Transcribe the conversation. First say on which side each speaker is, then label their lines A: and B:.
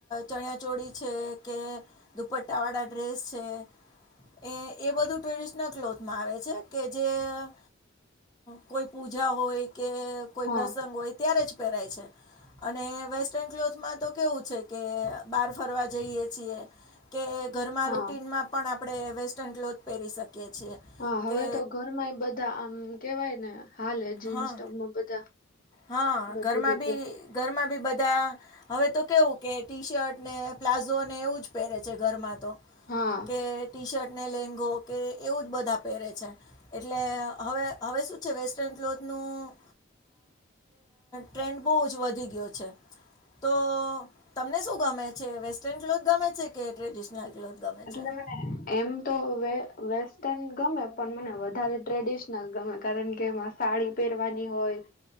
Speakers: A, on the left; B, on the left.
A: ચણિયા ચોળી છે કે દુપટ્ટા વાળા ડ્રેસ છે. એ એ બધું ટ્રેડિશનલ ક્લોથ માં આવે છે કે જે કોઈ પૂજા હોય કે કોઈ
B: હા
A: પ્રસંગ હોય ત્યારે પય અને વેસ્ટર્ન ક્લોથમાં તો કેવું છે. કે બહાર ફરવા જઈએ છીએ કે ઘરમાં
B: હા
A: રૂટટીનમાં પણ આપણે. આપણે વેસ્ટર્ન ક્લોથ પહેરી શકીએ છીએ
B: હા હવે
A: કે.
B: તો ઘરમાં બધા આમ કેવાય ને હાલે જીન્સ
A: હા
B: ટપમાં બધા.
A: હા
B: બધી
A: ઘરમાં
B: રીતે
A: બી ઘર. બી બધા હવે તો કેવું કે ટી શર્ટ ને પ્લાઝો ને એવું જ પહેરે છે ઘરમાં.
B: હા
A: કે ટી શર્ટ. ને લેંગો કે એવું જ બધા પહેરે છે એટલે હવે હવે શું છે વેસ્ટર્ન ક્લોથ. નું ટ્રેન્ડ બહ જ વધી ગયો છે. તો તમને શું ગમે છે વેસ્ટર્ન ક્લોથ ગમે છે કે ટ્રેડિશનલ. ક્લોથ ગમે
B: એટલે
A: છે
B: મને એમ તો. વેસ્ટર્ન ગમે પણ મને વધારે ટ્રેડિશનલ ગમે કારણ કે એમાં સાડી પહેરવાની હોય.